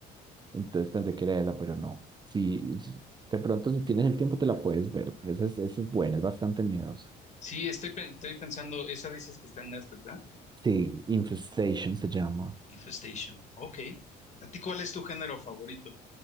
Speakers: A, on the right (about 25°); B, on the left (about 45°).
A: Entonces pensé que era esa, pero no. Si, si- de pronto, si tienes el tiempo, te la puedes ver. pues Esa es, esa es buena, es bastante miedosa.
B: Sí, estoy, pen- estoy pensando, esa dices que está en Netflix, ¿verdad?
A: Sí, Infestation se llama.
B: Infestation. Ok. ¿A ti cuál es tu género favorito?